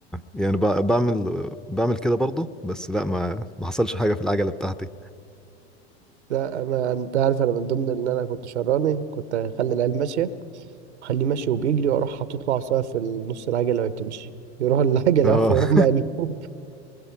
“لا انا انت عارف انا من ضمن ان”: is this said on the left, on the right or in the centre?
Right